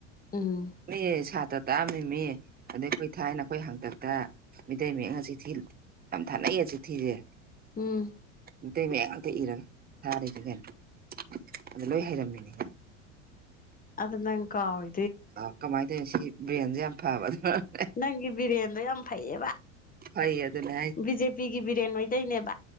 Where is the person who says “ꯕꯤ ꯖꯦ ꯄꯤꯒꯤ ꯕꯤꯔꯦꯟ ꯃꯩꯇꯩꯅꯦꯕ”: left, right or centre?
Left